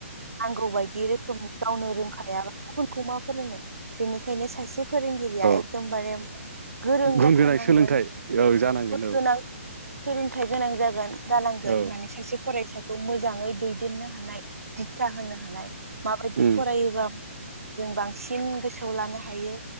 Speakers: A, on the right; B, on the right.
A: नांगौ बायदि रोखोम गावनो रोंखायाबा गुबुनखौ मा फोरोंगोन बेनिखायनो सासे फोरोंगिरिया
B: औ
A: एकदमबारे गोरों
B: गुन
A: जाथारनांगोन
B: गोनां सोलोंथाइ औ जानांगोन
A: गुन
B: औ
A: गोनां सोलोंथाइ गोनां जागोन जानांगोन
B: औ
A: माने सासे फरायसाखौ मोजाङै दैदेननो हानाय दिथा होनो हानाय माबायदि
B: उम
A: फरायोबा जों बांसिन गोसोआव लानो हायो